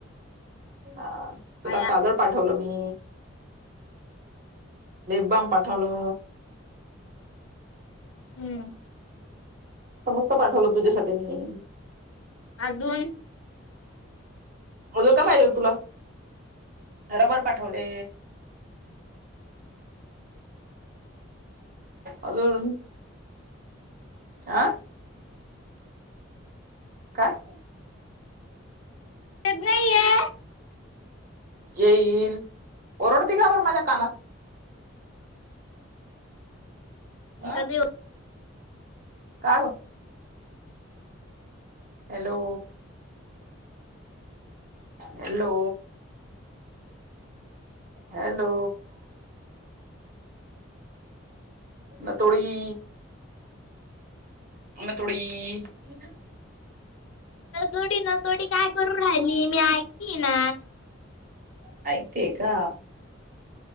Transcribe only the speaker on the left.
आया
हम्म
अजून
त नाही या
कधी
तो काय करू राहिली मी ऐकली ना